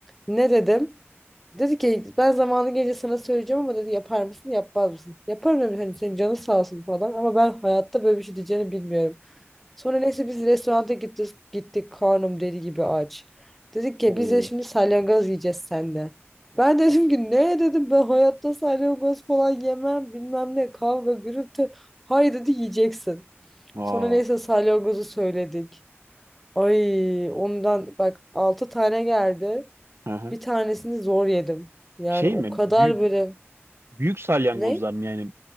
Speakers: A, in the centre; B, on the right.
A: Ne dedim? Dedi ki ben zamanı gelince sana söyleyeceğim ama dedi yapar mısın yapmaz mısın? Yaparım dedim hani senin canın sağ olsun falan ama ben hayatta böyle bir şey diyeceğini bilmiyorum. Sonra neyse biz restoranta gittik, gittik karnım deli gibi aç. Dedik ki
B: Oo.
A: biz de şimdi salyangoz yiyeceğiz sende. Ben dedim ki ne dedim ben hayatta salyangoz falan yemem bilmem ne kavga gürültü. Hayır dedi yiyeceksin.
B: Aa.
A: Sonra neyse salyangozu söyledik. Ay ondan bak 6 tane geldi.
B: Hı hı.
A: Bir tanesini zor yedim. Yani
B: Şey
A: o
B: mi?
A: kadar
B: Büyük,
A: böyle
B: büyük salyangozlar
A: ne?
B: mı yani?